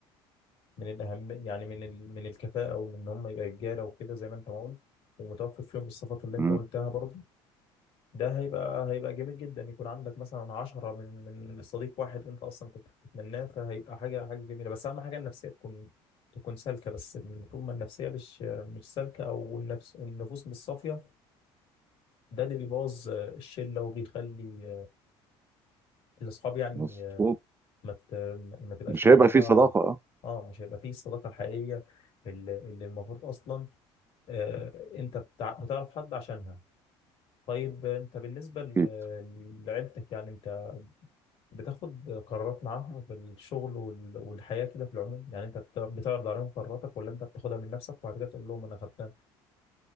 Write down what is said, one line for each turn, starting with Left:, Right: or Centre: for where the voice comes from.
Left: من الأهم يعني من ال... من الكفاءة ومن إن هم يبقى رجالة وكده زي ما أنت ما قلت ومتوفر فيهم الصفات اللي أنت
Right: ايوه
Left: قلتها برضه ده هيبقى هيبقى جميل جدا يكون عندك مثلا عشرة من من صديق واحد أنت أصلا كنت بتتمناه فهيبقى حاجة حاجة جميلة بس أهم حاجة النفسية تكون تكون سالكة بس لأن طول ما النفسية مش مش سالكة أو النفس النفوس مش صافية ده اللي بيبوظ الشلة وبيخلي الأصحاب يعني
Right: مظبوط
Left: ما ت... ما تبقاش
Right: مش
Left: مع
Right: هيبقى
Left: بعضها
Right: فيه صداقة اه
Left: اه مش هيبقى فيه الصداقة الحقيقية اللي اللي المفروض أصلا آه، انت بتع- بتعرف حد عشانها طيب انت بالنسبة ل-
Right: اكيد
Left: لعيلتك يعني انت بتاخد قرارات معاهم في الشغل وال- والحياة كده في العموم يعني انت بت- بتعرض عليهم قراراتك ولا انت بتاخدها من نفسك وبعد كده تقول لهم انا خدتها